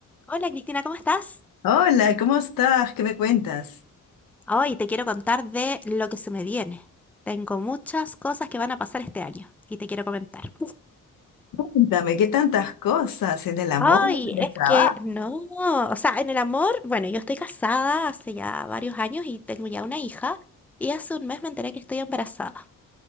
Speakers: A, in the centre; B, on the left (about 85°).
A: Hola Cristina, ¿cómo estás?
B: Hola, ¿cómo estás? ¿Qué me cuentas?
A: Hoy te quiero contar de lo que se me viene. Tengo muchas cosas que van a pasar este año y te quiero comentar.
B: Cuéntame, qué tantas cosas en el amor,
A: Ay,
B: en el
A: es
B: trabajo,
A: que no, o sea, en el amor, bueno, yo estoy casada hace ya varios años y tengo ya una hija y hace un mes me enteré que estoy embarazada.